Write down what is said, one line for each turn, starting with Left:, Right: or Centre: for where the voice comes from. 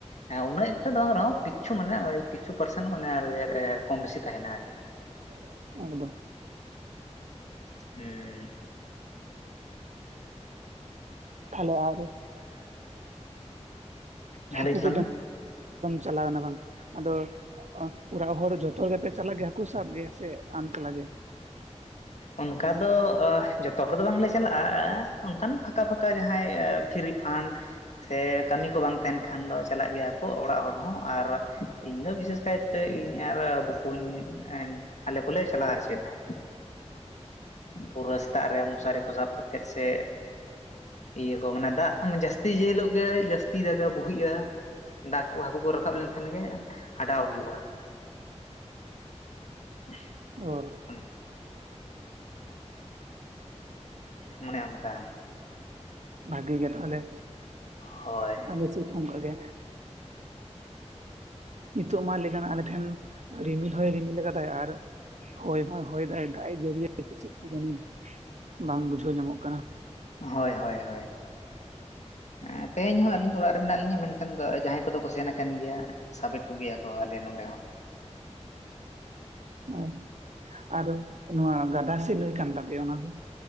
Left: ᱦᱮᱸ ᱩᱱᱟᱹᱜ ᱮᱠᱴᱟ ᱫᱚ ᱵᱟᱝ ᱨᱮᱦᱚᱸ ᱠᱤᱪᱷᱩ ᱢᱟᱱᱮ ᱠᱤᱪᱷᱩ ᱯᱟᱨᱥᱮᱱᱴ ᱢᱟᱱᱮ ᱟᱨ ᱪᱮᱫ ᱠᱚᱢ ᱵᱮᱥᱤ ᱛᱟᱦᱮᱱᱟ ᱟᱨ ᱪᱮᱜ᱾
Right: <unintelligible>
Left: ᱦᱩᱸ ᱾
Right: ᱛᱟᱦᱞᱮ ᱟᱨ <unintelligible>
Left: ᱦᱮᱸ
Right: <unintelligible>
Left: ᱞᱟᱹᱭ ᱛᱟᱞᱟᱝ ᱢᱮ
Right: ᱪᱟᱞᱟᱣᱱᱟ ᱵᱟᱝ ᱟᱫᱚ ᱚᱲᱟᱜ ᱦᱚᱲ ᱡᱚᱛᱚ ᱜᱮᱯᱮ ᱪᱟᱞᱟᱜ ᱜᱮᱭᱟ ᱦᱟᱹᱠᱩ ᱥᱟᱵ ᱜᱮ ᱥᱮ ᱟᱢ ᱮᱠᱞᱟ ᱜᱮ?
Left: ᱚᱱᱠᱟ ᱫᱚ ᱡᱚᱛᱚ ᱦᱚᱲ ᱫᱚ ᱵᱟᱝᱞᱮ ᱪᱟᱞᱟᱜᱼᱟ ᱚᱱᱠᱟᱱ ᱯᱷᱟᱸᱠᱟ ᱯᱷᱟᱸᱠᱟ ᱡᱟᱦᱟᱸᱭ ᱯᱷᱤᱨ ᱨᱤᱯᱷᱟᱱᱰ ᱥᱮ ᱠᱟᱹᱢᱤ ᱠᱚ ᱵᱟᱝ ᱛᱟᱦᱮᱱ ᱠᱷᱟᱱ ᱫᱚ ᱪᱟᱞᱟᱜ ᱜᱮᱭᱟ ᱠᱚ ᱚᱲᱟᱜ ᱦᱚᱲ ᱦᱚᱸ ᱟᱨ ᱤᱧ ᱫᱚ ᱵᱤᱥᱮᱥ ᱠᱟᱭᱛᱮ ᱤᱧ ᱟᱨ ᱵᱚᱠᱩᱧ ᱟᱞᱮ ᱠᱚᱞᱮ ᱪᱟᱞᱟᱜᱼᱟ ᱟᱨ ᱪᱮᱫ
Right: ᱦᱮᱸ
Left: ᱾
Right: ᱾
Left: ᱯᱩᱨᱟᱹ ᱥᱮᱛᱟᱜ ᱨᱮ ᱢᱚᱥᱟᱨᱤ ᱠᱚ ᱥᱟᱵ ᱠᱟᱛᱮᱫ ᱥᱮ ᱤᱭᱟᱹ ᱠᱚ ᱢᱟᱱᱮ ᱫᱟᱜ ᱡᱟᱹᱥᱛᱤ ᱡᱮ ᱦᱤᱞᱳᱜ ᱜᱮ ᱡᱟᱹᱥᱛᱤ ᱫᱟᱜᱟᱭᱟ ᱵᱩᱦᱤᱜᱼᱟ ᱾ ᱫᱟᱜ ᱠᱚ ᱦᱟᱹᱠᱩ ᱠᱚ ᱨᱟᱠᱟᱵ ᱞᱮᱱᱠᱷᱟᱱ ᱜᱮ ᱟᱴᱟᱣ ᱦᱩᱭᱩᱜᱼᱟ ᱾ <unintelligible>
Right: ᱚᱨ
Left: ᱦᱩᱸ ᱢᱚᱱᱮ ᱚᱱᱠᱟ
Right: ᱵᱷᱟᱜᱮ ᱜᱮ ᱛᱟᱦᱚᱞᱮ
Left: ᱦᱳᱭ
Right: ᱟᱞᱮ ᱥᱤᱮᱫ ᱦᱚᱸ ᱚᱱᱠᱟᱜ ᱜᱮ ᱾ ᱱᱤᱛᱚᱜ ᱢᱟ ᱞᱟᱹᱭ ᱜᱟᱱᱚᱜ-ᱟ ᱟᱞᱮ ᱴᱷᱮᱱ ᱨᱤᱢᱤᱞ ᱦᱚᱭ ᱨᱤᱢᱤᱞ ᱟᱠᱟᱫᱟᱭ ᱟᱨ ᱦᱳᱭ ᱦᱚᱸᱭ ᱦᱳᱭ ᱦᱚᱭ ᱫᱟᱭ ᱫᱟᱜ ᱮᱭ ᱡᱟᱹᱨᱤᱭᱟ ᱪᱮᱫ ᱡᱟᱹᱱᱤ ᱵᱟᱝ ᱵᱩᱡᱷᱟᱹᱣ ᱧᱟᱢᱚᱜ ᱠᱟᱱᱟ ᱾
Left: ᱦᱳᱭ ᱦᱳᱭ ᱦᱳᱭ ᱦᱮᱸ ᱛᱮᱦᱮᱧ ᱦᱚᱸ ᱟᱹᱞᱤᱧ ᱫᱚ ᱚᱲᱟᱜ ᱨᱮ ᱢᱮᱱᱟᱜ ᱞᱤᱧᱟ ᱢᱮᱱ ᱠᱷᱟᱱ ᱫᱚ ᱡᱟᱦᱟᱸᱭ ᱠᱚᱫᱚ ᱠᱚ ᱥᱮᱱ ᱟᱠᱟᱱ ᱜᱮᱭᱟ ᱥᱟᱵᱮᱫ ᱠᱚᱜᱮᱭᱟ ᱠᱚ ᱟᱞᱮ ᱱᱚᱰᱮ ᱦᱚᱸ ᱾
Right: ᱚ ᱟᱨ ᱱᱚᱣᱟ ᱜᱟᱰᱟ ᱥᱮ ᱱᱟᱹᱭ ᱠᱟᱱ ᱛᱟᱯᱮᱭᱟ ᱚᱱᱟ ᱫᱚ?